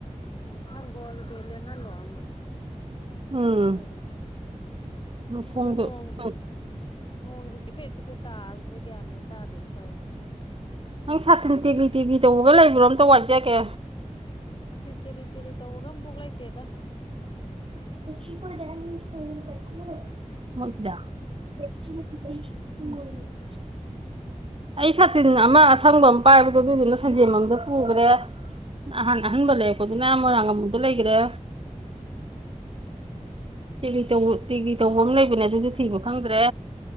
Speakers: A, on the left (about 40°); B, on the right (about 45°).
A: ꯑꯣ ꯊꯝꯈꯣ ꯑꯗꯨꯗꯤ ꯂꯦꯡꯍꯜꯂꯣꯅꯣ
B: ꯎꯝ
A: <inaudible>
B: ꯃꯈꯣꯡꯗꯣ
A: ꯑꯗ‌ꯣ ꯅꯣꯡꯖꯤ
B: ꯎꯝ
A: ꯎꯝ ꯅꯣꯡꯖꯤ ꯆꯤꯄꯦꯠ ꯆꯤꯄꯦꯠ ꯇꯥꯕꯁꯤꯗꯤ ꯒ꯭ꯌꯥꯟ ꯃꯦꯟ ꯇꯥꯗꯦ ꯑꯩꯅ ꯇꯧꯔꯤ
B: ꯅꯪ ꯁꯥꯇꯤꯟ ꯇꯦꯛꯂꯤ ꯇꯦꯛꯂꯤ ꯇꯧꯕꯒ ꯂꯩꯕ꯭ꯔꯣ ꯑꯝꯇ ꯋꯥꯏꯖꯒꯦ
A: ꯁꯇꯤꯟ ꯇꯦꯛꯂꯤ ꯇꯦꯛꯂꯤ ꯇꯧꯕꯒ ꯑꯃꯕꯣꯛ ꯂꯩꯇꯦꯗ
B: <unintelligible> ꯃꯣꯏꯁꯤꯗ <unintelligible> ꯑꯩ ꯁꯥꯇꯤꯟ ꯑꯃ ꯑꯁꯪꯕ ꯑꯃ ꯄꯥꯏꯕꯗꯣ ꯑꯗꯨꯗꯨꯅ ꯁꯟꯖꯦꯝꯕꯝꯗ ꯄꯨꯈ꯭ꯔꯦ ꯅꯍꯟ ꯑꯍꯟꯕ ꯂꯩꯔꯛꯄꯗꯨꯅ ꯃꯣꯏꯔꯥꯡꯉꯝꯕꯗ ꯂꯩꯈꯔꯦ ꯇꯦꯛꯂꯤ ꯇꯧꯕ ꯇꯦꯛꯂꯤ ꯇꯧꯕ ꯑꯃ ꯂꯩꯕꯅꯦ ꯑꯗꯨꯗꯤ ꯊꯤꯕ ꯈꯪꯗ꯭ꯔꯦ